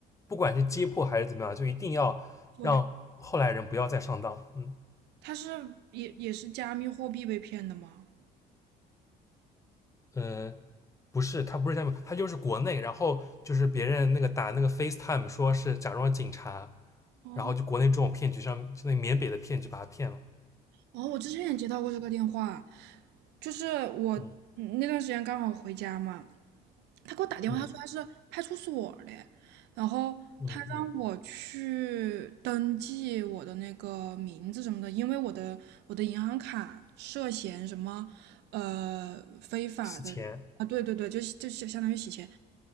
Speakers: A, on the left; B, on the right.
A: 不管是揭破还是怎么样，就一定要让后来人不要再上当。
B: 做点。
A: 嗯
B: 他是也也是加密货币被骗的吗？
A: 呃，不是，他不是在美，他就是国内，然后就是别人那个打那个 FaceTime 说是假装警察，
B: 哦。
A: 然后就国内这种骗局上面，那缅北的骗局把他骗了，
B: 哦，我之前也接到过这个电话，就是我嗯那段时间刚好回家嘛，
A: 嗯
B: 他给我打电话，
A: 嗯
B: 他说他是派出所的，然后他让我去登记我的那个名字什么的，
A: 嗯嗯，
B: 因为我的我的银行卡涉嫌什么呃非法的啊，
A: 洗钱，
B: 对对对，就是就是相当于洗钱。